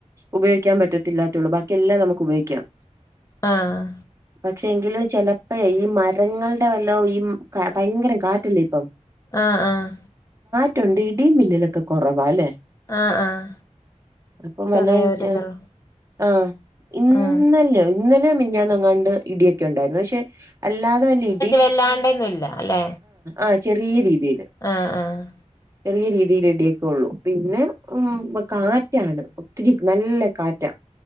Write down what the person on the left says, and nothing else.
ആഹ്
ആഹ് ആഹ്
ആഹ് ആഹ്
ചെറിയൊരിതുള്ളൂ
ഉം
വല്ലാണ്ടെന്നൂല്ല അല്ലെ
ആഹ്ആഹ്